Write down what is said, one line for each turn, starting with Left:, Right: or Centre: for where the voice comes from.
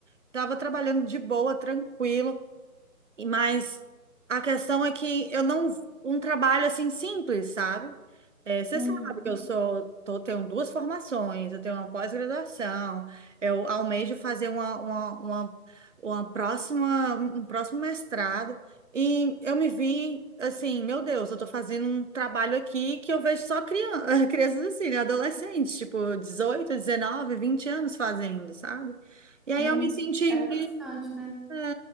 Right: estava trabalhando de boa, tranquilo e- Mas a questão é que eu não. Um trabalho assim simples, sabe? É, você
Centre: uhum,
Right: sabe que eu sou, tô, tenho duas formações, eu tenho uma pós-graduação, eu almejo fazer uma, uma, uma, uma próxima, um próximo mestrado, e eu me vi assim, meu Deus, eu tô fazendo um trabalho aqui que eu vejo só criança, <laughs> crianças assim, né? Adolescentes, tipo 18 19 20 anos fazendo, sabe? E aí
Centre: uhum.
Right: eu me senti
Centre: É
Right: meio
Centre: frustrante, né?
Right: é,